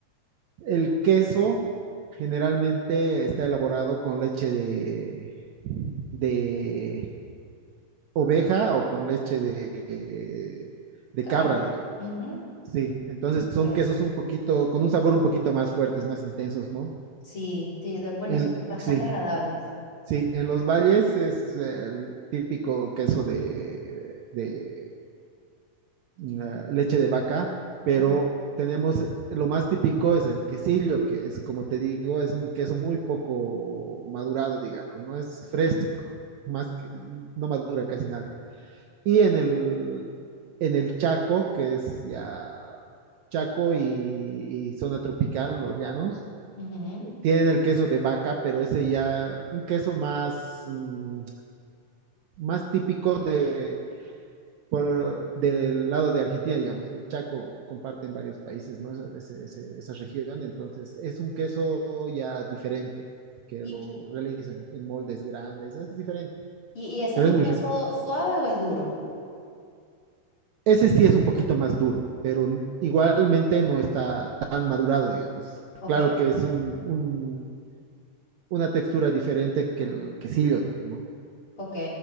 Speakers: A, on the right; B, on the left.
A: El queso generalmente está elaborado con leche de, de oveja o con leche de, de
B: cabra.
A: cabra, digamos.
B: Ujú.
A: Sí, entonces son
B: Eh,
A: quesos un poquito, con un sabor un poquito más fuertes, más intensos, ¿no?
B: Sí, sí, de- bueno,
A: En-
B: son bastante
A: sí,
B: agradables.
A: sí, en los valles es el típico queso de, de la leche de vaca, pero
B: Mm,
A: tenemos lo más típico es el quesillo, que es, como te digo, es un queso muy poco madurado, digamos, no es fresco, más que- no madura casi nada. Y en el, en el Chaco, que es ya Chaco y, y zona tropical, los llanos,
B: ujú.
A: tienen el queso de vaca, pero ese ya, un queso más, mm, más típico de por, del lado de Argentina, digamos, el Chaco comparte en varios países, ¿no? Ese, ese, esa región, entonces es un queso ya diferente, que
B: ¿Y,
A: lo realizan en moldes grandes, es diferente,
B: y, y ese
A: pero
B: es un
A: es muy
B: queso
A: rico.
B: suave o es duro?
A: Ese sí es un poquito más duro, pero igualmente no está tan madurado, digamos.
B: Ok,
A: Claro que es un, un, una textura diferente que el quesillo, ¿no?
B: ok,